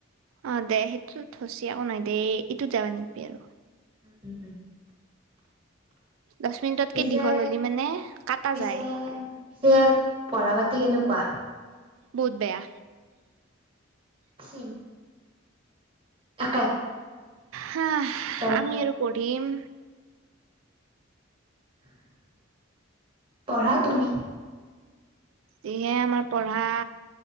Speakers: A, on the right (about 75°); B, on the right (about 25°).
A: অ', দে সেইটোতো <unintelligible> যাব নিদবি আৰু।
B: উম উম উম।
A: দহ মিনিটতকে
B: পিছে
A: দীঘল হ'লে মানে, কটা
B: পিছে
A: যায়।
B: পিছে পঢ়া বাতি কেনেকুৱা?
A: বহুত বেয়া।
B: ছেইম। একে।
A: হা,
B: একে
A: আমি আৰু পৰ টীম।
B: পঢ়া তুমি।
A: যিহে আমাৰ পঢ়া,